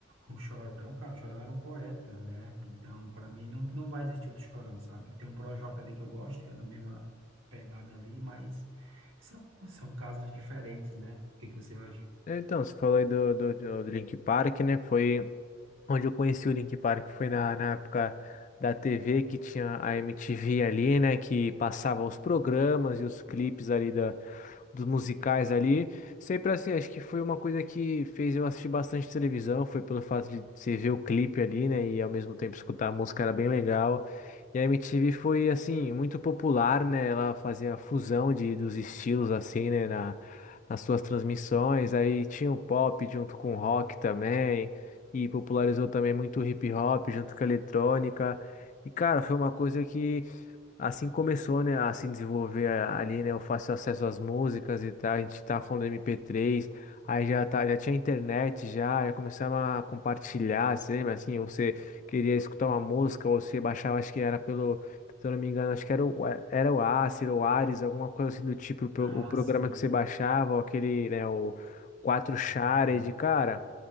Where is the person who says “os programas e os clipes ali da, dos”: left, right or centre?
Left